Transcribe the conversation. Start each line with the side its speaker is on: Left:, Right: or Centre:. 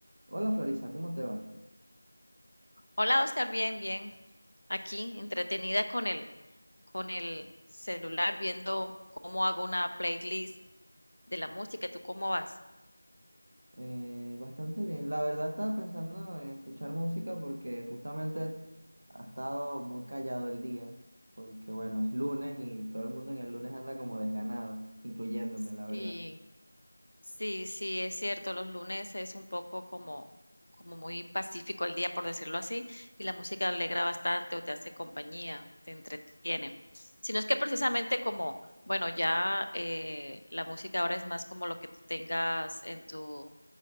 Right: Hola Florisa, ¿cómo te va?
Left: Hola, Oscar, bien, bien. Aquí, entretenida con el, con el celular, viendo cómo hago una playlist de la música. ¿Tú cómo vas?
Right: Eh, bastante bien. La verdad estaba pensando en escuchar música porque justamente ha estado muy callado el día, porque bueno, es lunes y todo el mundo en el lunes anda como desganado, incluyéndome,
Left: Sí.
Right: la verdad.
Left: Sí, sí, es cierto, los lunes es un poco como, como muy pacífico el día, por decirlo así, y la música alegra bastante o te hace compañía, te entretiene. Si no es que precisamente
Right: Mm.
Left: como, bueno, ya eh, la música ahora es más como lo que tú tengas en tu